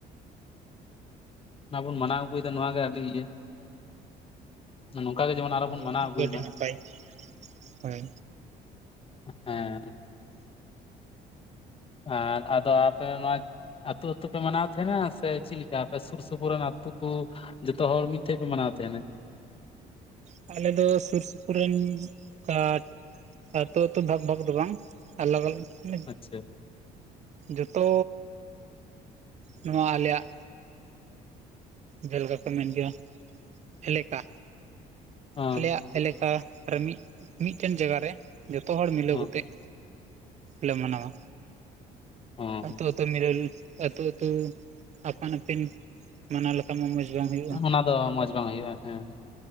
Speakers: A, on the left; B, on the right.
A: ᱚᱱᱟ ᱵᱩᱱ ᱢᱟᱱᱟᱣ ᱟᱹᱜᱩᱭᱮᱫᱟ ᱱᱚᱣᱟ ᱜᱮ ᱟᱹᱰᱤ ᱤᱭᱟᱹ ᱱᱚᱝᱠᱟ ᱜᱮ ᱡᱮᱢᱚᱱ ᱟᱨᱚ
B: ᱦᱳᱭ
A: ᱵᱚᱱ ᱢᱟᱱᱟᱣ
B: ᱚᱱᱟᱜᱮ
A: ᱟᱹᱜᱩᱭ
B: ᱟᱹᱰᱤ
A: ᱢᱟ <unintelligible>
B: ᱱᱟᱯᱟᱭ ᱦᱳᱭ
A: ᱦᱮᱸ ᱟᱨ ᱟᱫᱚ ᱟᱯᱮ ᱱᱚᱣᱟ ᱟᱹᱛᱩ ᱟᱹᱛᱩ ᱯᱮ ᱢᱟᱱᱟᱣ ᱛᱟᱦᱮᱸᱱᱟ ᱥᱮ ᱪᱮᱫ ᱠᱟ ᱟᱯᱮ ᱥᱩᱨ ᱥᱩᱯᱩᱨ ᱨᱮᱱ ᱟᱹᱛᱩ ᱠᱚ ᱡᱷᱚᱛᱚ ᱦᱚᱲ ᱢᱤᱫ ᱴᱷᱮᱱ ᱯᱮ ᱢᱟᱱᱟᱣ ᱛᱮ
B: ᱟᱞᱮ ᱫᱚ ᱥᱩᱨ ᱥᱩᱯᱩᱨ ᱨᱮᱱ ᱚᱱᱠᱟ ᱟᱹᱛᱩ ᱟᱹᱛᱩ ᱵᱷᱟᱜᱽ ᱵᱷᱟᱜᱽ ᱫᱚ ᱵᱟᱝ ᱟᱞᱟᱜ ᱟᱞᱟᱜ ᱦᱮ
A: ᱟᱪᱪᱷᱟ
B: ᱡᱚᱛᱚ ᱱᱚᱣᱟ ᱟᱞᱮᱭᱟᱜ ᱡᱷᱟᱹᱞᱠᱟ ᱠᱚ ᱢᱮᱱ ᱜᱮᱭᱟ ᱦᱮᱞᱮᱠᱟ
A: ᱦᱚᱸ
B: ᱟᱞᱮᱭᱟᱜ ᱮᱞᱮᱠᱟ ᱨᱮ ᱢᱤᱫ ᱢᱤᱫᱴᱮᱱ ᱡᱟᱭᱜᱟ ᱨᱮ ᱡᱚᱛᱚ ᱦᱚᱲ ᱢᱤᱞᱟᱹᱣ
A: ᱦᱚᱸ
B: ᱠᱟᱛᱮᱜ ᱞᱮ ᱢᱟᱱᱟᱣᱟ
A: ᱦᱚᱸ
B: ᱟᱹᱛᱩ ᱟᱹᱛᱩ ᱢᱤᱨᱟᱹᱞ ᱟᱹᱛᱩ ᱟᱹᱛᱩ ᱟᱯᱟᱱ ᱟᱹᱯᱤᱱ ᱢᱟᱱᱟᱣ ᱞᱮᱠᱷᱟᱱ ᱢᱟ ᱢᱚᱸᱡᱽ ᱵᱟᱝ ᱦᱩᱭᱩᱜᱼᱟ᱾
A: ᱚᱱᱟ ᱫᱚ ᱢᱚᱸᱡᱽ ᱵᱟᱝ ᱦᱩᱭᱩᱜᱼᱟ ᱦᱮᱸ